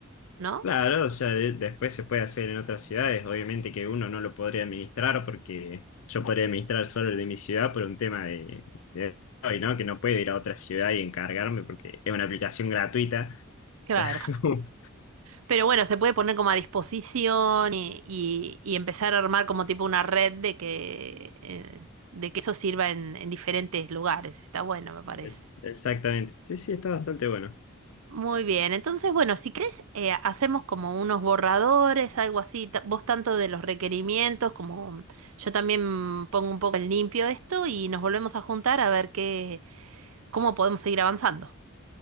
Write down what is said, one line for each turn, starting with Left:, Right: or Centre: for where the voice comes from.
Right: ¿no?
Left: Claro, o sea, de- después se puede hacer en otras ciudades. Obviamente que uno no lo podría administrar porque yo podría administrar solo el de mi ciudad por un tema de, de hoy, ¿no? Que no puedo ir a otra ciudad y encargarme porque es una aplicación gratuita. O
Right: Claro.
Left: sea, <laughs> como-
Right: Pero bueno, se puede poner como a disposición y, y- y empezar a armar como tipo una red de que, eh, de que eso sirva en, en diferentes lugares. Está bueno, me parece.
Left: es, exactamente. Sí, sí, está bastante bueno.
Right: Muy bien, entonces bueno, si crees, eh, hacemos como unos borradores, algo así, ta- vos tanto de los requerimientos como yo también pongo un poco en limpio esto y nos volvemos a juntar a ver qué, cómo podemos seguir avanzando.